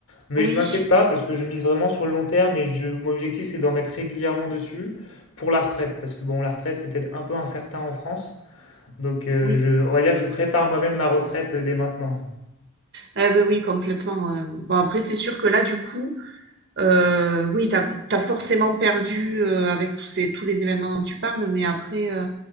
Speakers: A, on the left (about 65°); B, on the right (about 55°).
A: Mais
B: oui,
A: je m'inquiète pas parce que je mise vraiment sur le long terme et je, mon objectif c'est d'en mettre régulièrement dessus pour la retraite parce que bon la retraite c'est peut-être un peu incertain en France donc euh,
B: oui.
A: je, on va dire que je prépare moi-même ma retraite euh, dès maintenant.
B: Ah ben oui complètement, heu, bon après c'est sûr que là du coup, heu, oui t'as t'as forcément perdu, heu, avec tous ces tous les événements dont tu parles, mais après, heu,